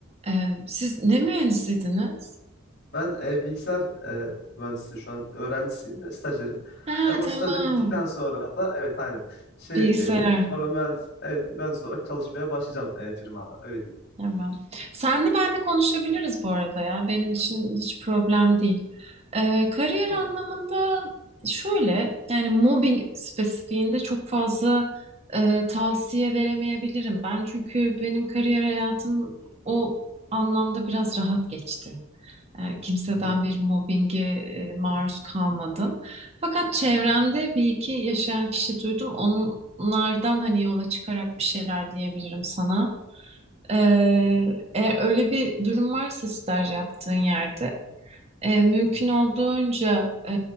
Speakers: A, on the right (about 30°); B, on the left (about 55°).
A: Ee, siz ne mühendisiydiniz?
B: Ben e, bilgisayar e, mühendisi şu an öğrencisiyim, e, stajyerim.
A: Ha
B: Ama
A: tamam.
B: stajım bittikten sonra da evet aynen şey
A: Bilgisayar.
B: e, normal mühendis, evet, mühendis olarak çalışmaya başlayacağım e, firmada öyle diyeyim.
A: Tamam. Senle benle konuşabiliriz bu arada ya. Benim için hiç problem değil. Ee, kariyer
B: Tamam.
A: anlamında şöyle yani mobbing spesifiğinde çok fazla e, tavsiye veremeyebilirim ben. Çünkü benim kariyer hayatım o anlamda biraz rahat geçti. E, Kimseden
B: Hı hı,
A: bir mobbinge e, maruz kalmadım. Fakat çevremde bir iki yaşayan kişi duydum. Onlardan hani yola çıkarak bir şeyler diyebilirim sana. E,
B: hı hı,
A: Eğer öyle bir durum varsa staj yaptığın yerde e, mümkün
B: hı hı.
A: olduğunca e,